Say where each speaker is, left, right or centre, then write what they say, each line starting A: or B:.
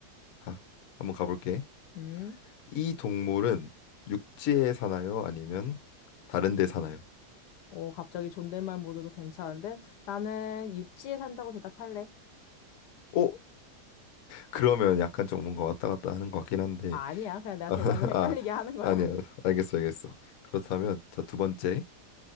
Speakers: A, on the left; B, on the left.
A: 아, 한번 가볼게.
B: 음.
A: 이 동물은 육지에 사나요? 아니면 다른 데 사나요?
B: 오, 갑자기 존댓말 모드도 괜찮은데? 나는 육지에 산다고 대답할래.
A: 오! 그러면 약간 좀 뭔가 왔다 갔다 하는 것 같긴 한데.
B: 아, 아니야. 그냥 내가
A: <laughs>
B: 대답을 헷갈리게
A: 아,
B: 하는 거야.
A: 아니야.
B: <laughs>
A: 알겠어, 알겠어. 그렇다면 자, 두 번째.